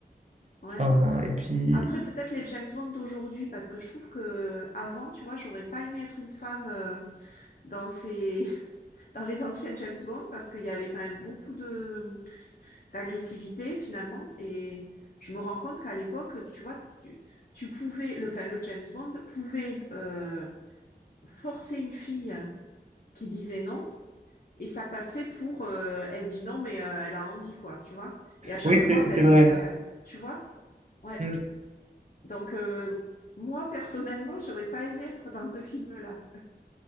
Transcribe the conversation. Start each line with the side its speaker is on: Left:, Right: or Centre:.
Left: Ouais.
Right: Enfin, et puis.
Left: Après, peut-être les James Bond d'aujourd'hui, parce que je trouve que avant, tu vois, j'aurais pas aimé être une femme euh, dans ces, <laughs> dans les anciennes James Bond, parce qu'il y avait quand même beaucoup de, d'agressivité finalement. Et je me rends compte qu'à l'époque, tu vois, tu, tu pouvais, le, enfin, le James Bond pouvait euh, forcer une fille qui disait non, et ça passait pour, euh, elle dit non, mais euh, elle a envie, quoi, tu vois. Et à chaque
Right: Oui, c'est
Left: fois, ben,
Right: c'est vrai.
Left: ça, tu vois, ouais.
Right: Hmm.
Left: Donc, euh, moi, personnellement, j'aurais pas aimé être dans ce film-là.